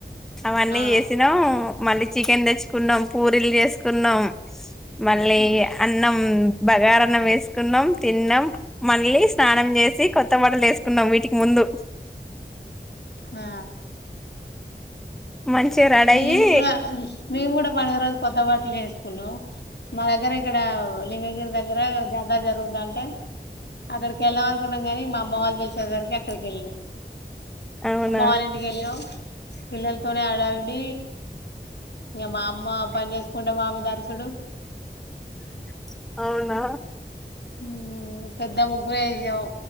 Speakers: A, in the centre; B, on the left (about 75°).
A: అవన్నీ
B: ఆ
A: చేసినాం మళ్ళీ చికెన్ తెచ్చుకున్నాం పూరీలు చేసు కున్నాం మళ్ళీ
B: ఉమ్.
A: అన్నం బగారాన్నం వేసుకున్నాం తిన్నాం మళ్ళీ స్నానం చేసి కొత్త బటలు వేసుకున్నాం వీటికి ముందు
B: హా
A: మంచిగా రెడీ
B: మేము
A: అయ్యి
B: కూడా మేము కూడా పడుగ రోజు కొత్త బట్ట లేేసుకున్నాము మా దగ్గర ఇక్కడ లింగగిరి దగ్గర జాతర జరుగుత ఉంటే అక్కడికి వెళ్ళాం అనుకున్నాం కానీ మా అమ్మ వాళ్ళు పలిచేసానికి అక్కడికి వెళ్ళాం
A: అవునా
B: అమ్మ వాళ్ళ ఇంటికి వెళ్ళినం పిల్లలతోనే హడావిడి డి ఇంకా మా అమ్మ పని చేసుకుంటే మామిద అరుసుడు
A: అవునా అవునా
B: ఓ పెద్ద ముగ్గురే వేషం